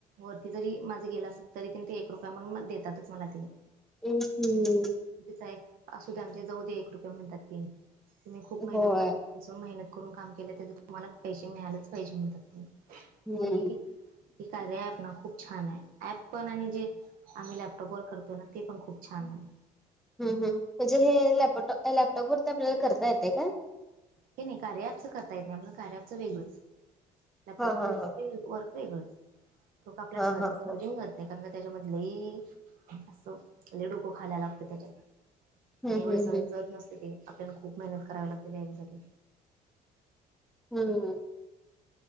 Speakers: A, on the right; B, in the centre.
A: वरती जरी माझं गेलं असल, तरी तिने ते एक रुपया म्हणून देतातच मला तेंनी.
B: एक हम्.
A: तीचा एक असू द्या, आमचे जाऊ दे एक रुपये म्हणतात तेंनी, खूप मेहनत
B: होय
A: करु कसून, मेहनत करून, काम केलं, त्याच्या तुम्हाला पैसे मिळालेच पाहिजे, म्हणतात ते.
B: हम्म
A: होई नई, कार्य ऍप ना खूप छान आहे, ऍप पण आणि जे आम्ही लॅपटॉप वर करतो ना, ते पण खूप छान आहे.
B: हम् हम म्हणजे हे लॅपटॉप लॅपटॉप वरती आपल्याला करता येते का?
A: हे नाही कार्यापचं करता येत नाही आपलं कार्यपचं वेगळंच लॅपटॉपवर
B: हा हा
A: असं ते वर्क वेगळंच तोका आपल्या
B: हा
A: सहजा
B: हा हा
A: सहजी
B: हा
A: येईन मग नाही कारण का त्याच्यामधले लै असं लै डोकं खायला लागतं त्याच्यात
B: हम्म
A: आणि एवढे
B: हम्म
A: सहज
B: हम्म
A: नसते ते आपल्याला खूप मेहनत करावी लागते त्या याच्यासाठी
B: हम्म.